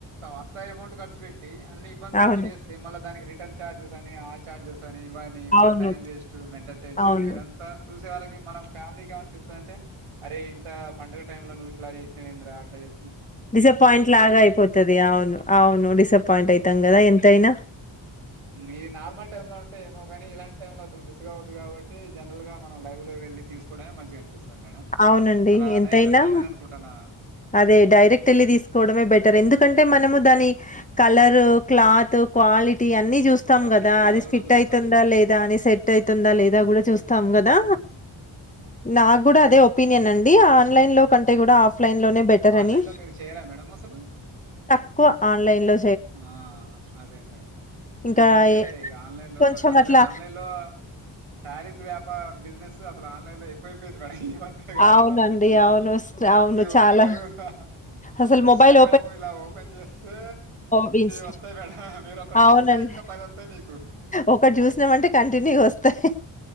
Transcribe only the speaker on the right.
అంత ఎమౌట్ ఖర్చు బెట్టి అన్ని ఇబ్బందులు
పడి చేస్తే మళ్ళా దానికి రిటర్న్ చార్జె అన్ని ఆ చార్జ్ ఇవన్నీ మళ్ళా
టైం వేస్ట్ మెంటల్ టెన్షన్
ఇదంతా చూ చూసే వాళ్ళకి మనం ఫ్యామిలీకి ఏమన్నా తెలుస్తుంద అంటే అరే ఇంత పంగ టైంలో నువ్ ఇలా చేసినవెందరా అట్లావు
పడతది.
ఇది నార్మల్ టైమ్ంలో అంటే ఏమో కాని ఇలాంటి టైమ్ంలో అసలు మిస్గావద్దు కాబట్టి జనరల్గా మనం లైవ్ లో వెళ్లి తీసుకోడమే మంచిగా అపిస్తుంది. మేడం
అలానే
వెళ్దామని అనుకుంటున్నా.
ప్రతీదీ
లైవ్‌లో
చూస్తాం.
ఆన్‌లైన్‌లో
మీరు చేయరా మేడం అసలు?
ఆ అదే మేడం
ఎందుకంటే
ఇ ఆన్లైన్ లో
అసలు
ఆన్లైన్ లో శారీస్ వ్యాప బిజినెస్ అసలు ఆన్లైన్లో ఎక్కువ అయిపోయింది మేడం. హహ్ మధ్య కాలంలో
అసలు బి
ప్రతి
ఒక్కరు హహ్
ఇన్స్టాగ్రామ్
ఇలా ఓపెన్ చేస్తే
వస్తాయి మేడం. మీరొకటి
చూస్తే ఇంకా వస్తాయి మీకు.